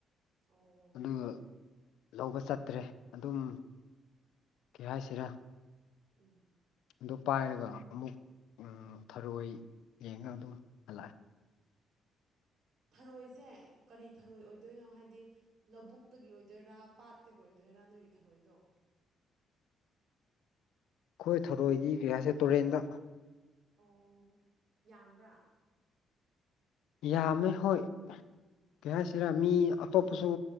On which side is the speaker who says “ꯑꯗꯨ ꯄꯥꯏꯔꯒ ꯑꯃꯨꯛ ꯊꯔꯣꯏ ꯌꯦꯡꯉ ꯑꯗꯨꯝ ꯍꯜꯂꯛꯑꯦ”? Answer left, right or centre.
Left